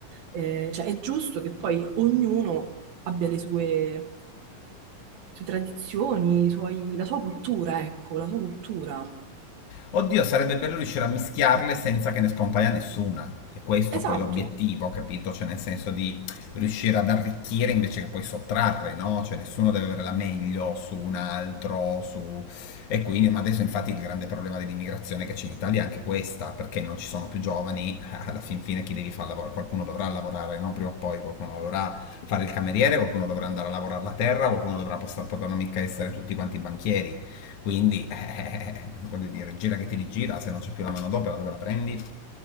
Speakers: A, on the right; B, on the left.
A: eh, cioè è giusto che poi ognuno abbia le sue, le sue tradizioni, i suoi- la sua cultura, ecco, la sua cultura.
B: Oddio, sarebbe bello riuscire a mischiarle senza che ne scompaia nessuna. E questo
A: Esatto,
B: poi è l'obiettivo, capito? Cioè nel senso di riuscire ad arricchire invece che poi sottrarre, no? Cioè nessuno deve avere la meglio su un altro, su... E quindi, ma adesso infatti il grande problema dell'immigrazione che c'è in Italia è anche questa, perché non ci sono più giovani, <laughs> alla fin fine chi devi far lavorare? Qualcuno dovrà lavorare, no? Prima o poi qualcuno dovrà fare il cameriere, qualcuno dovrà andare a lavorare la terra, qualcuno dovrà poter, potranno mica essere tutti quanti banchieri. Quindi, <laughs> eh, voglio dire, gira che te li gira, se non c'è più la manodopera dove la prendi?